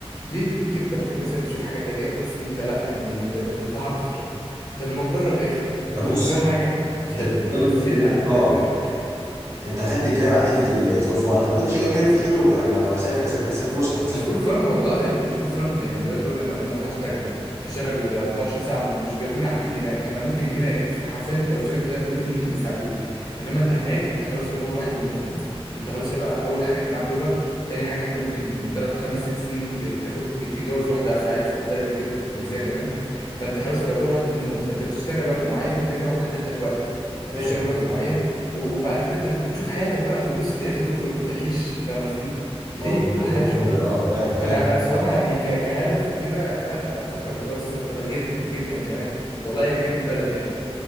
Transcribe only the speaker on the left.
ليه بتقول كده انت ممكن مثلا تشوف حاجه تانية وتحس ان انت لا يعني انت انت مرتاح اكتر طب لما تجرب يا اخي انت
خسران حاجه <laughs>
انت
فاهم قصدي
إيه؟ عارف الحته
دي
مش فور فن والله مش فور فن يعني دلوقتي وانا لو انا هروح اشتغل هشتغل 24 ساعه ما- مش بياخدوني عبيد هناك انا ممكن هنا في حرفيا انت لو اشتغلت هنا ريموتلي ممكن يستعبدوك انما انت هناك انت خلاص يعتبر واحد منهم انت خلاص هيبقى اول حاجه انت معاك لغه تاني حاجه انت ممكن ثلاث خمس ست سنين ت- تاخد تتجوز واحده في في مده اقل من كده تاخد جنسيه كمان فانت خلاص انت يعتبر واحد منهم فانت بتشتغل وقت معين كده كده هو محدد لك وقت انت
بتشتغل وقت معين و- وبعد كده انت بتشوف حياتك بقى تتبسط يا اخي تخرج تعيش فاهم قصدي ليه
كل
حياة شغل
فانا انا بصراحه يعني ك- كهدف وكده لا انا بفكر موضوع السفر ده جدا جدا كمان والله ايا كان البلد يعني